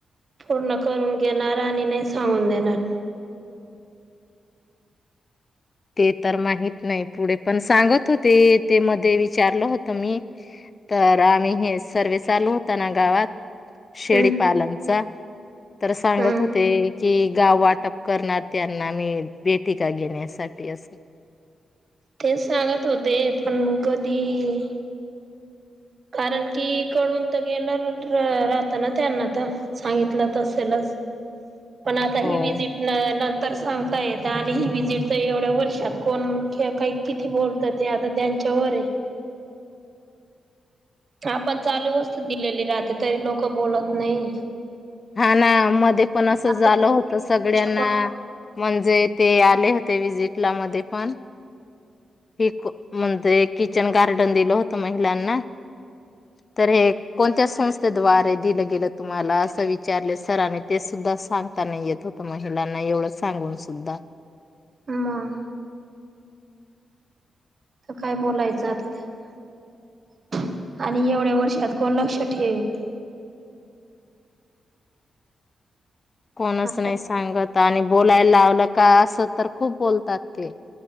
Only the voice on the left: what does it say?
ते तर माहत नाही. पुढे पण सांगत होते, ते मध्ये विचारलं होत मी तर आम्ही हे सर्वे चालू होता ना गावात. शेडीपालनचा.
तर सांगत
होते कि गाव वाटप करणार त्यांना मी. बेटी का गेन्यासाट ते असं.
हो.
हा ना मध्ये पण असं
झालं होत सगळ्यांना
म्हणजे ते आले होते वि्हजिट ला मध्ये पण ह म्हणजे किचन गार्डन दिलं होतं महिलांना तर हे कोणत्या संस्थेद्वारा दिलं गेलं तुम्हाला असं विच विचारलं सरांनी ते सुद्धा सांगता येत नव्हतं महिलांना एवढं सांगून सुद्धा
कोणच
नाही सांगत आणि बोलायला लावलं का असं तर खूप बोलतात ते